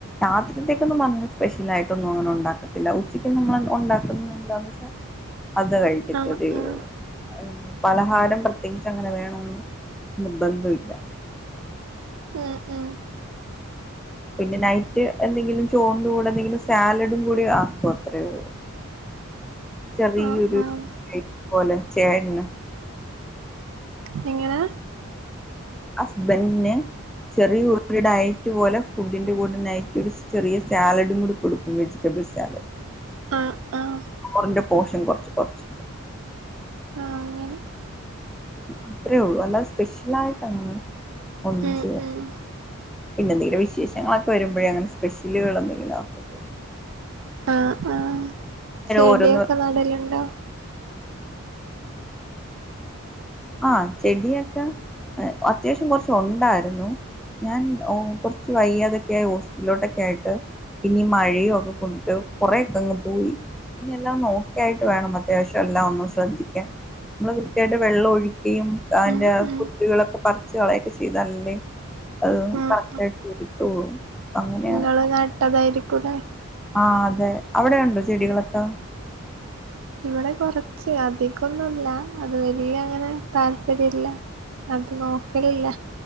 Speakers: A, in the centre; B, on the right.
A: രാത്രിത്തേക്കൊന്നും പറഞ്ഞ സ്പെഷ്യലായിട്ടൊന്നും അങ്ങനെ ഉണ്ടാക്കത്തില്ല ഉച്ചക്ക് നമ്മള് ഉണ്ടാക്കുന്നത് എന്താന്ന് വെച്ചാ അത് കഴിക്കത്തതേ
B: ആഹ് ആഹ്
A: അങ്ങനെ പലഹാരം പ്രത്യേകിച്ച് അങ്ങനെ വേണോന്ന് നിർബന്ധവില്ല
B: ഉം ഉം
A: പിന്നെ നൈ റ്റ് എന്തെങ്കിലും ചോറിൻ്റൂടെ എന്തെങ്കിലും സാലഡും കൂടി ആക്കോ അത്രേ ഉള്ളൂ ചെറിയൊരു
B: ആഹ് ആഹ്
A: <inaudible> പോലെ ചേട്ടന്
B: നിങ്ങള്
A: ഹസ്ബൻറിന് ചെറിയ ഒരു ഡയറ്റ് പോലെ ഫുഡിന്റെ കൂടിനായിറ്റ ഒരു ചെറിയ സാലഡും കൂടി കൊടുക്കും, വെജിറ്റബിൾ സാലഡ്.
B: ആഹ ആഹ
A: ചോറിന്റെ പോഷം കുറച്ച് കുറിച്ചിട്ട്
B: ആ അങ്ങനെ
A: അത്രേ ഉള്ളു അല്ലാതെ സ്പെഷ്യൽ ആയിട്ട് അങ്ങ് ഒന്നും
B: ഉം
A: ചെയ്യ
B: ഉം
A: പിന്നെ എന്തെങ്കിലും വിശേഷങ്ങളൊക്കെ വരുമ്പോഴേ അങ്ങനെ സ്പെഷ്യലുകൾ എന്തെങ്കിലും ഒക്കെ തോന്നൂ.
B: ആഹ ആഹ ചെടിയൊക്കെ
A: ഓരോന്ന്
B: നടലുണ്ടോ
A: ആഹ ചെടിയൊക്കെ അത്യാവശ്യം കുറച്ച് ഉണ്ടായിരുന്നു. ഞാൻ കുറച്ച് വൈയാതൊക്കൊയി ഹോസ്പിറ്റലിലോട്ടൊക്കെ ആയിട്ട് പിന്ന മഴയയും ഒക്കെ കൊണ്ടിട്ട് കൊറെേ ഒക്കെ അങ്ങ് പോയി. ഇനി എല്ലാം നോക്കിയായിട്ട് വേണം അത്യാവശ്യം എല്ലാം ഒന്നു ശ്രദ്ധിക്കാൻ നമ്മ ചുടെ വെള്ളം ഒഴിക്കുകയും അതിന്റെ
B: ഉം ഉം
A: കുല്ലികളൊക്കെ പറച്ച് കളയൊക്കെ ചെയ്താലല്ലേ അത്
B: ആഹ്
A: കറക് ആയിട്ട് എടുത്തോളും അങ്ങനെയ
B: ങ്ങള് നട്ടതായിരിക്കൂല്ലേ
A: ആഹ അതെ അവിടെണ്ടോ ചെടികളൊക്കെ
B: ഇവിടെ കൊറച്ച് അധികൊന്നുംല്ല. അത് വലിയ അങ്ങനെ താല്പര്യ ഇല്ല. അത് നോക്കലില്ല.